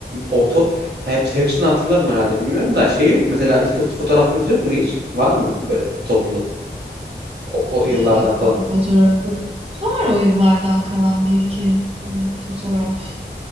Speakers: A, on the right; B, on the right.
A: orta hep, hepsini hatırlarım herhalde bilmiyorum da şey yok mesela ilkokul fotoğrafınız yok mu hiç? Var mı böyle toplu o, o yıllardan
B: Ne ilkokul
A: kalan?
B: fotoğrafı var o yıllardan kalan bir iki fotoğraf.